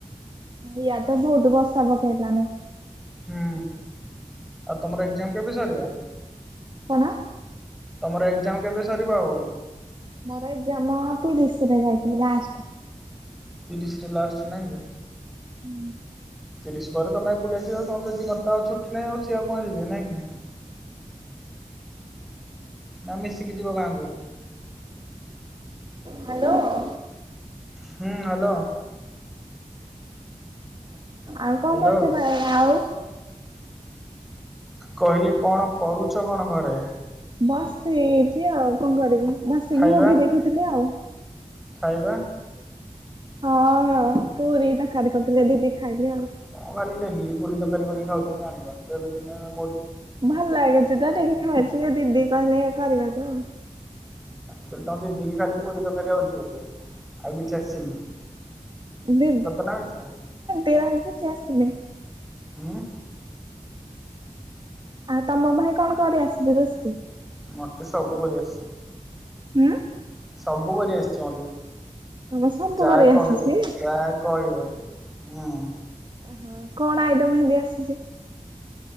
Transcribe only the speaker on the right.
ଇୟା ତ ବହୁତ ବର୍ଷା ପକାଇଲାଣି।
କ ଣ?
ମୋର ଏକ୍ଜା ମ ତିରିଶିରେ ଯାଇକି ଲାଷ୍ଟ କୁ
ହୁଁ।
ହ୍ୟାଲୋ।
ଆଉ
କଣ କରୁଛ ଭାଇ ଆଉ।
ବସ ହେଛି ଆଉ କଣ କରିବି ବସିକି
ମୁଭି ଦେଖୁଥିଲି ଆଉ।
ହଁ ପୁରୀ ତରକାରୀ କରିଥିଲେ ଦିଦି ଖାଇଲି ଆଉ।
ଭଲ ଲାଗୁଛି ତ ଟକି ଖାଇଛି ଦିଦି କହିଲେ କରିବାକୁ ଆଉ।
ଦିଦି
ଦି କିଛି ଆସିନି। <unintelligible>
ଆଉ ତମ ଭାଇ କଣ କରେ ଆସଲେ ରୋଷେଇ।
ହୁଁ
ତମ ସବୁ
କରି
ଆସିଛି?
ଓହଁ କଣ ଆଇଟମ ଏମତି ଆସିଛି।